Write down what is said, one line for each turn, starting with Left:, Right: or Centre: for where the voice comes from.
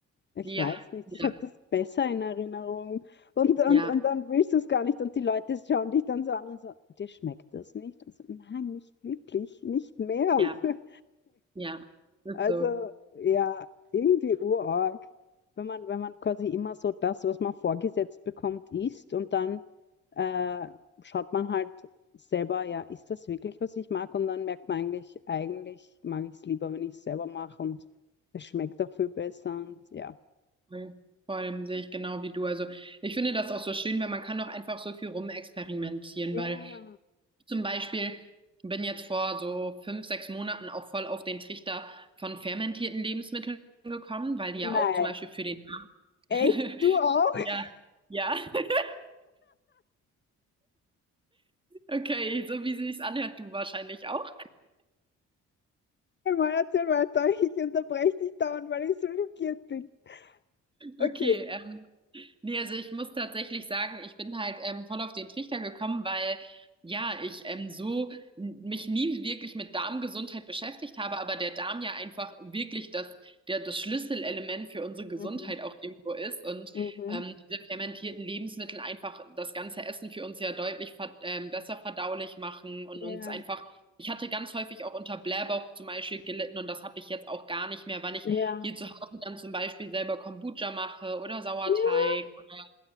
Left: Ich
Right: Ja,
Left: weiß nicht,
Right: ja,
Left: ich habe das besser in Erinnerung. Und, und,
Right: ja,
Left: und dann willst du es gar nicht. Und die Leute schauen dich dann so an und so, dir schmeckt das nicht? Und so, nein, nicht wirklich, nicht mehr.
Right: ja,
Left: <laughs>
Right: ja. Ist
Left: Also
Right: so.
Left: ja, irgendwie urarg. Wenn man, wenn man quasi immer so das, was man vorgesetzt bekommt, isst und dann äh, schaut man halt selber, ja, ist das wirklich, was ich mag? Und dann merkt man eigentlich, eigentlich mag ich es lieber, wenn ich es selber mache und es schmeckt auch viel besser und ja.
Right: Voll, voll sehe ich genau wie du. Also ich finde das auch so schön, weil man kann doch einfach so viel rumexperimentieren,
Left: Ja.
Right: weil ich zum Beispiel bin jetzt vor so fünf, sechs Monaten auch voll auf den Trichter von fermentierten Lebensmitteln gekommen, weil die ja
Left: Nein.
Right: auch zum Beispiel für den
Left: Echt?
Right: <laughs>
Left: Du auch? <laughs>
Right: Ja, ja. <laughs> Okay, so wie sie es anhört, du wahrscheinlich auch.
Left: Mal erzähl weiter. Ich unterbreche dich dauernd, weil ich so schockiert bin. Okay.
Right: Okay, ähm, Nee, also ich muss tatsächlich sagen, ich bin halt ähm, voll auf den Trichter gekommen, weil ja, ich ähm, so n- mich nie wirklich mit Darmgesundheit beschäftigt habe, aber der Darm ja einfach wirklich das, der, das Schlüsselelement für unsere Gesundheit
Left: Mhm.
Right: auch irgendwo ist und
Left: Mhm.
Right: ähm, diese fermentierten Lebensmittel einfach das ganze Essen für uns ja deutlich ver ähm, besser verdaulich machen und
Left: Ja.
Right: uns einfach, ich hatte ganz häufig auch unter Blähbauch zum Beispiel gelitten und das habe ich jetzt auch gar nicht mehr, weil ich
Left: Ja.
Right: hier zu Hause dann zum Beispiel selber Kombucha mache oder Sauerteig
Left: Ja,
Right: oder